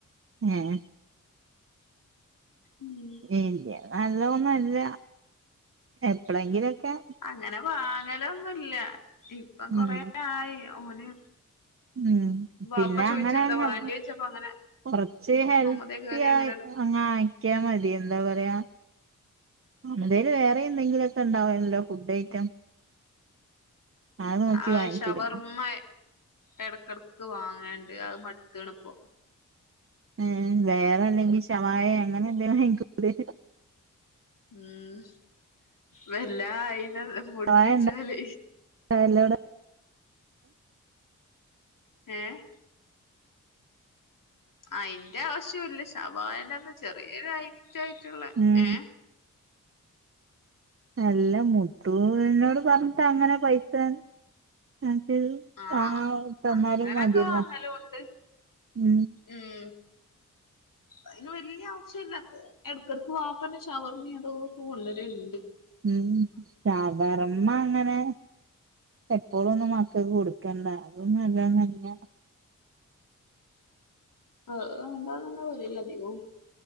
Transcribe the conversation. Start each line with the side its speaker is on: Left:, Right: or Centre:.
Right: ഏഹ്.
Left: ഉം
Right: വെല്ല്യ നല്ലോന്നും അല്ല എപ്പളേങ്കിലൊക്കെ.
Left: അങ്ങനെ വാങ്ങലൊന്നുല്ല ഇപ്പം കൊറേ
Right: ഉം
Left: ആയി ഓന്.
Right: ഉം
Left: വാപ്പ
Right: പിന്നെ
Left: ചോയിച്ച്
Right: അങ്ങനങ്ങ്
Left: എന്താ വേണ്ടി ചോയിച്ചപ്പോ അങ്ങനെ
Right: കൊർച്ച് ഹെൽത്തി
Left: മമ്മതേ കേറി അങ്ങനെ
Right: ആയി
Left: എടു
Right: അങ്ങ് ആക്ക്യാ മതി എന്താ പറയ. മമതേല് വേറിം എന്തെങ്കിലൊക്കെ ഉണ്ടാവേനല്ലോ ഫുഡ് ഐറ്റം. അത് നോക്കി
Left: അഹ്‌
Right: വാങ്ങിക്കൂടെ
Left: ശവർമ എട്ക്കെട്ക്ക് വാങ്ങേണ്ട് അത് മട്ത്ത്ണ്പ്പോ.
Right: ഏഹ് വേറെന്തെങ്കിം ഷവായേ അങ്ങനെ എന്തെലും വാങ്ങിക്കൂടേ?
Left: ഉം വല്ലാ അയിനെ മുട്പ്പിച്ചാല്
Right: ശവായ ഉണ്ടാവല്ലോവിടെ
Left: ഏഹ്‌ അയിന്റെ ആവശ്യംല്ല ഷവായ ന്റെ ന്ന ചെറിയൊരുഐറ്റായിട്ട് ള്ള
Right: ഉം
Left: ഏഹ്‌.
Right: എല്ലാ മുത്തുനോട് പർഞ്ഞ്ട്ടങ്ങനെ പൈസ <unintelligible>
Left: ആഹ്‌
Right: വാങ്ങാൻ തന്നാലും
Left: അങ്ങനൊക്കെ
Right: മതിയല്ലോ
Left: വാങ്ങലൂണ്ട്
Right: ഉം
Left: ഉം. അയിന് വല്ല്യ ആവശ്യല്ല്യ പ്പോ ഏട്ക്കേട്ക്ക് വാപ്പന്നെ ഷവർമ്മീം അതും ഇതൊക്കെ കൊണ്ടുവരല്ണ്ട്.
Right: ഉം ഷവർമ അങ്ങനെ എപ്പോളൊന്നും മക്കക്ക് കൊട് ക്കണ്ട അത് നല്ലൊന്നു അല്ല.
Left: ആഹ് മുണ്ടാൻ തന്നെ വരേല്ല അധികവും